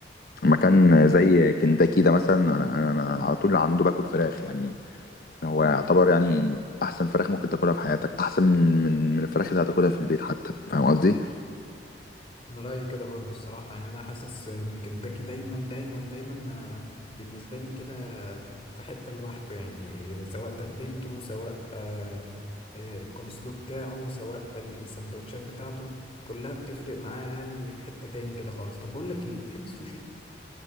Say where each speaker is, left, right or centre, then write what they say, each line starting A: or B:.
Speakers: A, on the left (about 55°); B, on the left (about 30°).
A: مكان زي كنتاكي ده مثلا انا انا أنا على طول عنده باكل فراخ يعني هو يعتبر يعني احسن فراخ ممكن تاكلها في حياتك احسن من من من الفراخ اللي هتاكلها في البيت حتى فاهم قصدي
B: انا رايي كده برضو الصراحه يعني انا حاسس ان كنتاكي دايما دايما دايما ما بالنسبه لي كده في حته لوحده يعني سواء تتبيلته سواء آه، آه، الكولسلو بتاعه سواء ال- السندوتشات بتاعته كلها بتفرق معايا يعني في حته تاني كده خالص طب بقول لك ايه بتحب السوشي